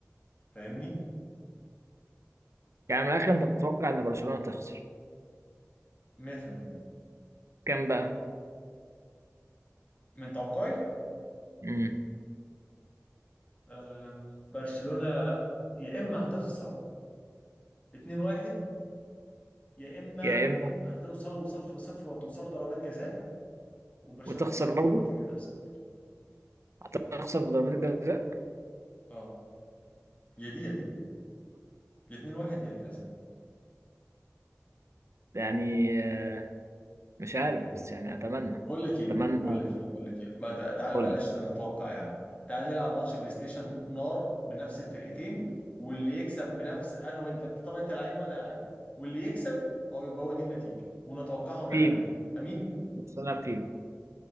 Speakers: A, on the left (about 25°); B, on the right (about 65°).
A: فاهمني
B: يعني من الآخر أنت بتتوقع إن برشلونة تخسر
A: 100%
B: كام بقى؟
A: من توقعي
B: امم
A: آه، برشلونه يا اما هتخسر 2-1 يا اما
B: يا إما
A: هتوصلوا 0-0 وتوصلوا ضربات جزاء وبرشلونه
B: وتخسر
A: تخسر
B: برضه
A: في ضربات الجزاء بسبب التمرير.
B: هتخسر في ضربات الجزاء
A: اه يا دي يا دي يا 2-1 يا كذا
B: يعني آه، مش عارف بس يعني أتمنى
A: بقول لك ايه
B: أتمنى
A: بقول لك ايه بقول لك ايه ما تع- تعالى
B: فولا
A: بلاش نتوقع يا عم تعالى نلعب ماتش بلاي ستيشن نار بنفس الفرقتين واللي يكسب بنفس انا وانت انت طبعا انت لعيب وانا لعيب واللي يكسب او يبقى هو دي النتيجه ونتوقعها ونعتمدها
B: فيفا
A: امين
B: بس نلعب فيفا